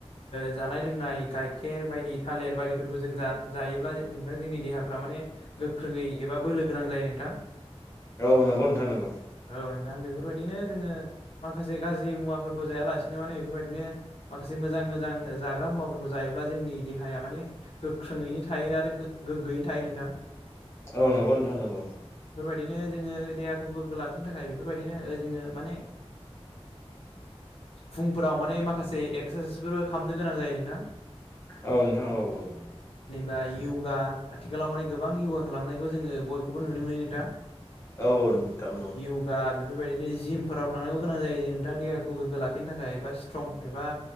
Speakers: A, on the left; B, on the left.
A: जानाय लोंनाय गाइखेर बायदि थालेर बायदि फोरखौ जों जायोब्ला नोंथां जोंनि देहाफ्रा माने गोख्रोंङै एबा बोलो गोनां जायो नोंथा
B: औ नंगौ नोंथां नंगौ
A: औ नोंथां बेफोरबायदिनो जोंङो माखासे गाज्रि मुवाफोरखौ जाया लासेनो माने बेफोरबायदिनो माखासे मोजां मोजां जाग्रा मुवाफोरखौ जायो ब्ला जोंनि देहाया माने गोख्रोङैनो थायो आरो गोग्गोयैनो थायो नोंथां
B: औ नंगौ नोंथां नंगौ
A: बिदिनो जोंङो देहाखौ गोग्गो लाखिनो थाखाय बेफोरबायदिनो जोंङो माने फुंफोराव माने माखासे एक्सारसाइसफोरबो खालामनो गोनां जायो नोंथां
B: औ नोंथां औ औ
A: बा य'गा आथिखालाव माने गोबां य'गा खालामनायखौ जोंङो बयखौबो नुनो मोनो नोंथां
B: औ नोंथां औ
A: य'गा बेफोरबायदिनो जिमफोराव थांनांगौ गोनां जायो जे नोंथां देहाखौ गोग्गो लाखिनो थाखाय एबा स्ट्रं एबा